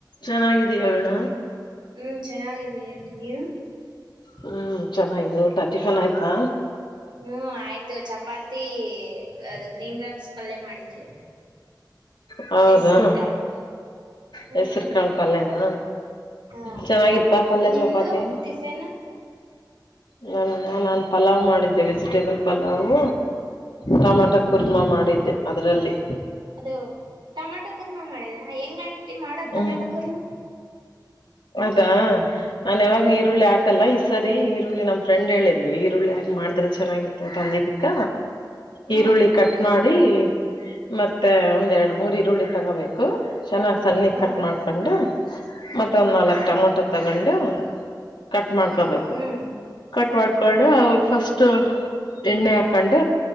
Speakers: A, on the left; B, on the right.
A: ಚೆನ್ನಾಗಿದೀಯಣ
B: ಹ್ಮ್ ಚೆನ್ನಾಗಿದ್ದೀಂರಿ ಆಂಟಿ ನೀವು
A: ಹ್ಮ್ ಚೆನ್ನು ಟರ್ಟಿ ಸಲ ಆಯ್ತಾ
B: ಹ್ಮ್ ಆಯ್ತು ಚಪಾತಿ ಅದು ಗ್ರೀನ್ ರಮ್ಸ್ ಪಲ್ಯ ಮಾಡಿದ್ಲು
A: ಹೌದಾ
B: ಹೆಸರು ಕಾಳು ಹ್ಮ್
A: ಹೆಸ್ರುಕಾಳ ಪಲ್ಯನ
B: ಹಾ
A: ಚೆನ್ನಾಗಿತ್ತ ಪಲ್ಯ
B: ನಿಮ್ದು
A: ಚಪಾತಿ
B: ಟಿಫನ್
A: ನಮ ನಾನ್ ಪಲಾವ್ ಮಾಡಿದ್ದೆ ವೆಜಿಟೇಬಲ್ ಪಲಾವ್ ಟಮಟ ಕುರ್ಮಾ ಮಾಡಿದ್ದೆ ಅದರಲ್ಲಿ
B: ಅದ ಟೊಮಾಟೊ ಕುರ್ಮಾ ಮಾಡಿದೆ ಹೆಂಗಂಟಿ ಮಾಡದ
A: ಹ್ಮ್
B: ಟಮೊಟೊ ಕುರ್ಮಾ
A: ಅದಾ ನಾನ್ ಯಾವಾಗ್ೂ ಈರುಳ್ಳಿ ಹಾಕಲ್ಲ ಈ ಸರಿ ಈರುಳ್ಳಿ ನಮ್ಮ ಫ್ರೆಂಡ್ ಹೇಳಿದ್ಲು ಈರುಳ್ಳಿ ಹಕಕ್ ಮಾಡಿದ್ರೆ ಚೆನ್ನಾಗಿ ತಂದಿದಕ್ಕ
B: ಹಾ
A: ಈರುಳ್ಳಿ ಕಟ್ ಮಾಡಿ ಮತ್ತೆ ಒಂದ್ ಎರಡ್ ಮೂರ್ ಈರುಳ್ಳಿ ತಗೋಬೇಕು ಚೆನ್ನಾಗ್ ಸಣ್ಣಿ
B: ಹಾ
A: ಕಟ್ ಮಾಡ್ಕೊಂಡ ಮತ್ತೊಂದ್
B: ಹ್ಮ್
A: ನಾಲ್ಕ್ ಟೊಮೊಟೊ ತಗೊಂಡು ಕಟ್ ಮಾಡ್ಕೋಬೇಕು
B: ಹ್ಮ್
A: ಕಟ್ ಮಾಡಡ್ಕೊಂಡು ಅವಾಗ
B: ಹ್ಮ್
A: ಫಸ್ಟ್ ಎಣ್ಣೆ ಹಾಕೊಂಡ್